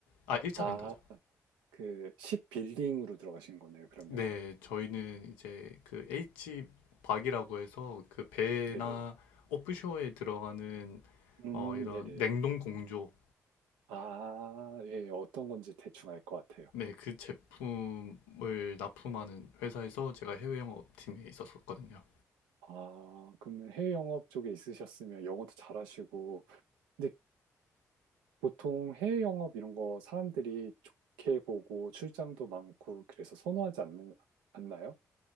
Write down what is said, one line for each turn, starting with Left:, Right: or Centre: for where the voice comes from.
Left: 아, 1차
Right: 아,
Left: 벤더죠.
Right: 그, 십 빌딩으로 들어가신 거네요, 그러면.
Left: 네, 저희는 이제 그 H 박이라고 해서 그 배나
Right: 네네.
Left: 오프쇼에 들어가는
Right: 음,
Left: 어 이런
Right: 네네.
Left: 냉동 공조
Right: 아, 예, 어떤 건지 대충 알 것 같아요.
Left: 네, 그 제품을 납품하는 회사에서 제가 해외 영업팀에 있었었거든요.
Right: 아, 그러면 해외 영업 쪽에 있으셨으면 영어도 잘하시고, 근데 보통 해외 영업 이런 거 사람들이 좋게 보고 출장도 많고 그래서 선호하지 않는, 않나요?